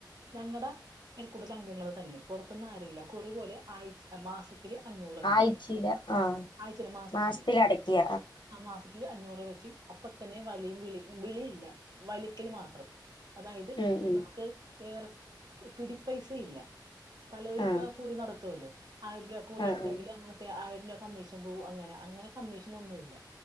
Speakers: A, on the right (about 60°); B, on the left (about 85°).
A: ഞങ്ങടെ അയൽക്കൂട്ടത്തെ അംഗങ്ങള് തന്നെ. പൊറത്തുന്നും ആരൂല്ല. കുറി പോലെ ആഴ്ച മാസത്തി ത്തില് അഞ്ഞൂറ് അഞ്ഞൂറ്.
B: ആഴ്ചയില ആഹ്
A: ആഴ്ചയല്ല മാസത്തില്
B: മാസത്തിൽ അടയ്ക്കുക
A: ആഹ് മാസത്തില് അഞ്ഞൂറ് വെച്ച്. അപ്പ തന്നെ വലിയും വിളി വിളിയില്ല വലിക്കല് മാത്രം. അതായത്
B: ഉം ഉം
A: നമക്ക് വേറെ പിടിപ്പൈസയില്ല. പലോര്പ്പ
B: ആഹ്
A: കുറി നടത്തുവല്ലോ? ആയിരം രൂപ കുറി
B: ആഹ്
A: നടത്തങ്കില്
B: ആഹ്
A: അമ്മ ത്തെ ആയിരം രൂപ കമ്മീഷൻ പോവും അങ്ങന. അങ്ങനെ കമ്മീഷനൊന്നുല്ല.